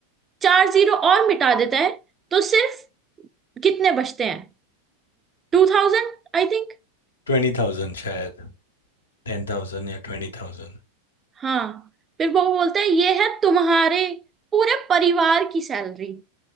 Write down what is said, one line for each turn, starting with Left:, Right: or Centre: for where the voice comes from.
Right: चार जीरो और मिटा देता है तो सिर्फ कितने बचते हैं टू थाउजेंड आई थिंक
Left: ट्वेंटी थाउजेंड शायद टेन थाउजेंड या ट्वेंटी थाउजेंड
Right: हाँ फिर वो बोलते हैं ये है तुम्हारे पूरे परिवार की सैलरी